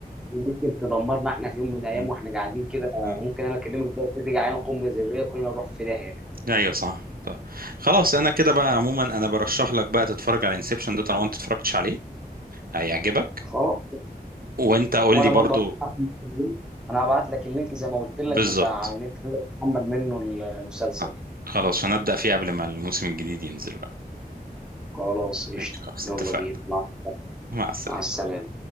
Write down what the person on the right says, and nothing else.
مم.
مم.
ايوه صح صح خلاص انا كده بقى عموما انا برشح لك بقى تتفرج على انسبشن ده طالما انت اتفرجتش عليه هيعجبك
وانت قول
لي برضه
بالظبط
آه. خلاص هنبدأ فيه قبل ما الموسم الجديد ينزل بقى
ماشي خلاص
اتفقنا
مع السلامه